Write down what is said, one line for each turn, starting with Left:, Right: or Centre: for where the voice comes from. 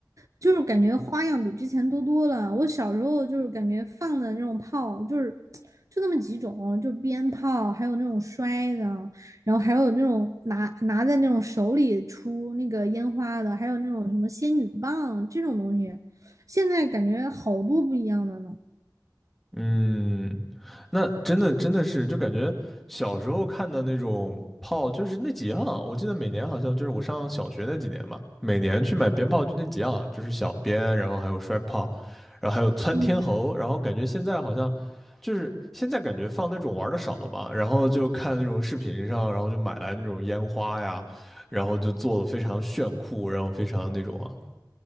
Right: 就是感觉花样比之前多多了。我小时候就是感觉放的那种炮，就是就那么几种，就鞭炮，还有那种摔的，然后还有那种拿拿在那种手里出那个烟花的，还有那种什么仙女棒这种东西。现在感觉好多不一样的呢。
Centre: 嗯，那真的真的是，就感觉小时候看的那种炮，就是那几样。我记得每年好像就是我上小学那几年嘛，每年去买鞭炮就那几样，就是小鞭，然后还有摔炮，然后还有窜天猴。
Right: 嗯。
Centre: 然后感觉现在好像就是现在感觉放那种玩的少了嘛，然后就看那种视频上，然后就买来那种烟花呀，然后就做的非常炫酷，然后非常那种啊，